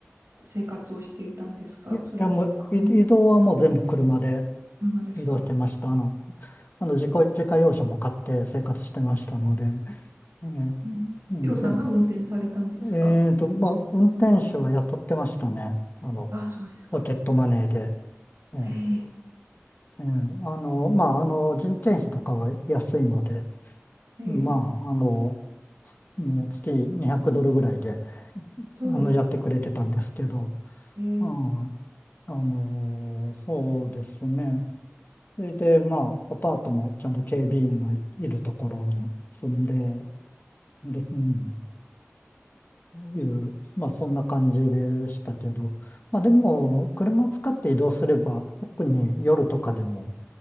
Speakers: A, on the right; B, on the left.
A: 生活をしていたんですかそれこそ車、
B: いや、いやもう、い移動はもう全部車で
A: 車ですか、
B: 移動してました。あの、あの自己、自家用車も買って生活してましたので。えー、
A: うん、
B: うん、
A: ヒロさんが運転されたんですか
B: 全部。えーと、まあ、運転手は雇ってましたね。あの、
A: あ、そうですか。
B: ポケットマネーで。えー
A: へえ、
B: えーあの、まあ、あの、人件費とかは安いので、
A: へえ、
B: まあ、あの、つね月200ドルぐらいで、
A: そうですか。
B: あの、やってくれてたんですけど、
A: ええ、
B: うん、あの、そうですね。それで、まあ、アパートもちゃんと警備員のい、いるところに住んで、で、うんいう、まあそんな感じでしたけど、まあでも、車を使って移動すれば、特に夜とかでも、